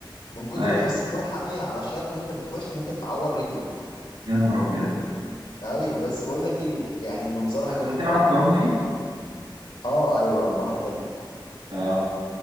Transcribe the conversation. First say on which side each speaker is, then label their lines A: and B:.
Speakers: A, on the left; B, on the right.
A: من كتر
B: اي
A: ما الصخور حاميه على الشط وانت بتخش ممكن تعور رجلك
B: يا نهار أبيض
A: ايوه بس بقول لك ايه يعني منظرها
B: بس
A: جامد
B: ده تعرف
A: قوي
B: تعوم فيه
A: من اه ايوه بحر حلو
B: اه